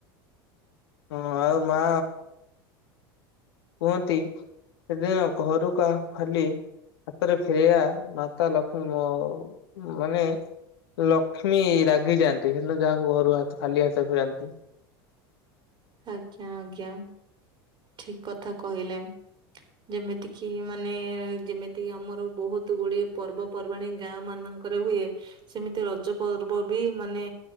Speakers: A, on the left; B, on the right.
A: ହଁ ଆଉ ମା। କୁହନ୍ତି ସେଦିନ ଘରୁ କାହା ଖାଲି ହାତରେ ଫେରିବା ମାତା ଲକ୍ଷ୍ମୀ ମାନେ ଲକ୍ଷ୍ମୀ ରାଗିଯାଆନ୍ତି ସେଦିନ ଯାହାକୁ ଘରୁ ଖାଲି ହାତ ଫେରାନ୍ତି।
B: ଆଜ୍ଞା ଆଜ୍ଞା ଠିକ କଥା କହିଲେ। ଯେମିତି କିି ମାନେ ଯେମିତି ଆମର ବହୁତ ଗୁଡିଏ ପର୍ବ ପର୍ବାଣ ଗାଁ ମାନଙ୍କରେ ହୁଏ। ସେମିତି ରଜ ପର୍ବ ବି ମାନେ